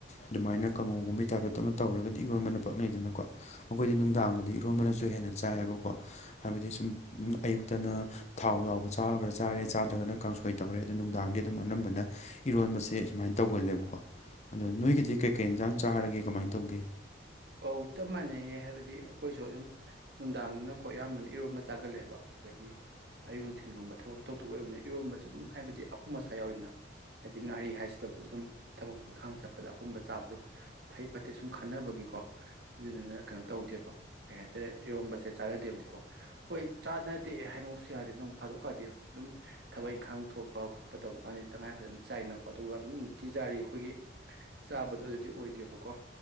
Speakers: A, on the left; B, on the right.
A: ꯑꯗꯨꯃꯥꯏꯅ ꯀꯥꯡꯉꯧꯒꯨꯝꯕ ꯇꯥꯏꯞꯇ ꯑꯗꯨ ꯇꯧꯔꯒꯗꯤ ꯏꯈꯣꯟꯕꯅ ꯄꯛꯅꯩꯗꯅꯀꯣ ꯑꯩꯈꯣꯏꯗꯤ ꯅꯨꯡꯗꯥꯡꯗꯨꯗꯤ ꯏꯔꯣꯟꯕꯅꯁꯨ ꯍꯦꯟꯅ ꯆꯥꯏꯌꯦꯕꯀꯣ ꯍꯥꯏꯕꯗꯤ ꯁꯨꯝ ꯑꯌꯨꯛꯇꯅ ꯊꯥꯎ ꯌꯥꯎꯕ ꯆꯥꯔꯒ꯭ꯔꯥ ꯆꯥꯔꯦ ꯆꯥꯗ꯭ꯔꯒꯅ ꯀꯥꯡꯁꯣꯏ ꯇꯧꯔꯦ ꯑꯗꯨꯣ ꯅꯨꯡꯗꯥꯡꯒꯤ ꯑꯗꯨꯝ ꯑꯅꯝꯕꯅ ꯏꯔꯣꯟꯕꯁꯦ ꯁꯨꯃꯥꯏꯅ ꯇꯧꯒꯜꯂꯦꯕꯀꯣ ꯑꯗꯣ ꯅꯣꯏꯒꯤꯗꯤ ꯀꯩꯀꯩ ꯏꯟꯖꯥꯡ ꯆꯥꯔꯒꯦ ꯀꯃꯥꯏꯅ ꯇꯧꯒꯦ꯫
B: ꯑꯧ ꯆꯞ ꯃꯥꯟꯅꯩꯌꯦ ꯍꯥꯏꯕꯗꯤ ꯑꯩꯈꯣꯏꯁꯨ ꯑꯗꯨꯝ ꯅꯨꯡꯗꯥꯡꯅꯀꯣ ꯑꯌꯥꯝꯕꯅ ꯏꯔꯣꯝꯕ ꯆꯥꯒꯜꯂꯦꯕ꯫ ꯑꯗꯒꯤ ꯑꯌꯨꯛ ꯅꯨꯡꯊꯤꯤꯟꯒꯨꯝꯕ ꯊꯕꯛꯁꯨ ꯇꯧꯊꯣꯛꯄ ꯑꯣꯏꯕꯅꯤꯅ ꯏꯔꯣꯟꯕꯁꯦ ꯑꯗꯨꯝ ꯍꯥꯏꯕꯗꯤ ꯑꯄꯨꯝ ꯑꯁꯥ ꯌꯥꯎꯋꯅ꯫ ꯍꯥꯏꯗꯤ ꯉꯥꯔꯤ ꯍꯥꯏꯁꯤꯗꯕꯨ ꯑꯗꯨꯝ ꯊꯕꯛ ꯏꯪꯈꯥꯡ ꯆꯠꯄꯗ ꯑꯄꯨꯝꯕ ꯆꯥꯕꯗ ꯐꯩ ꯐꯠꯇꯦ ꯁꯨꯝ ꯈꯟꯅꯕꯒꯤꯀꯣ ꯑꯗꯨꯗꯨꯅ ꯀꯩꯅꯣ ꯇꯧꯗꯦꯕ ꯀꯩ ꯍꯥꯏꯇꯥꯔꯦ ꯏꯔꯣꯝꯕꯁꯦ ꯆꯥꯟꯅꯗꯦꯕꯀꯣ ꯍꯣꯏ ꯆꯅ ꯐꯠꯇꯦ ꯍꯥꯏꯕꯃꯛꯁꯨ ꯌꯥꯗꯦ ꯅꯣꯡ ꯐꯥꯗꯣꯛꯀꯥꯟꯗꯤ ꯑꯗꯨꯝ ꯊꯕꯛ ꯏꯪꯈꯥꯡ ꯊꯣꯛꯄ ꯈꯣꯠꯄ ꯇꯧꯕ ꯀꯥꯟꯗ ꯇꯉꯥꯏꯐꯗ ꯆꯥꯏꯅꯀꯣ ꯑꯗꯨꯒ ꯑꯗꯨꯝ ꯅꯨꯡꯇꯤ ꯆꯥꯔꯤ ꯑꯩꯈꯣꯏꯒꯤ ꯆꯥꯕꯗꯣ ꯑꯗꯨꯗꯤ ꯑꯣꯏꯗꯦꯕꯀꯣ